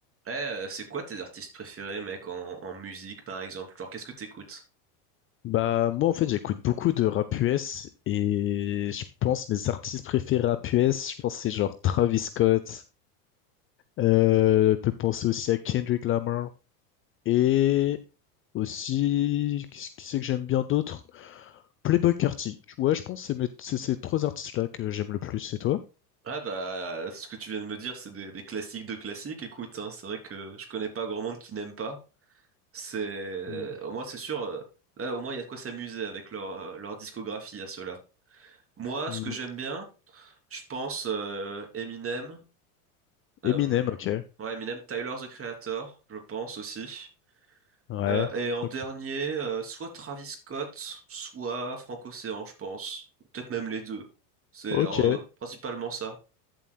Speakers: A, on the right; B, on the left.
A: Eh, euh, c'est quoi tes artistes préférés, mec, en, en musique, par exemple? Genre, qu'est-ce que t'écoutes?
B: Bah moi en fait j'écoute beaucoup de rap US et je pense mes artistes préférés rap US, je pense c'est genre Travis Scott, euh, je peux penser aussi à Kendrick Lamar et aussi qui qui c'est que j'aime bien d'autres? Playboi Carti. Ouais je pense que c'est mes- c'est ces trois artistes-là que j'aime le plus, c'est toi?
A: Ah bah, ce que tu viens de me dire, c'est des, des classiques de classiques. Écoute, hein, c'est vrai que je connais pas grand monde qui n'aime pas. C'est, euh,
B: Hmm.
A: au moins, c'est sûr. euh, Là, au moins, il y a de quoi s'amuser avec leur, euh, leur discographie à ceux-là. Moi,
B: Hmm.
A: ce que j'aime bien, je pense euh, Eminem. euh,
B: Eminem, ok.
A: Ouais, Eminem, Tyler, The Creator, je pense aussi.
B: Ouais.
A: Euh, et en
B: Ok.
A: dernier, euh, soit Travis Scott, soit Franco-Océan, je pense. Ou Peut-être même les deux. C'est
B: Ok.
A: euh, principalement ça.